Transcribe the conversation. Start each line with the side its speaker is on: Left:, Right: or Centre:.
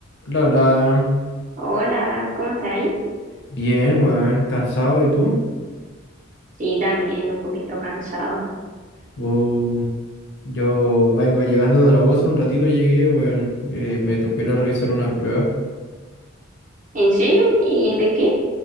Left: La, la,
Right: Hola, ¿cómo estás ahí?
Left: bien, weón, cansado, ¿y tú?
Right: Sí, también un poquito cansado.
Left: Wow. Yo vengo llegando de la U hace un ratito llegué, weón. eh, me tocó ir a revisar una prueba.
Right: ¿En serio? ¿Y de qué?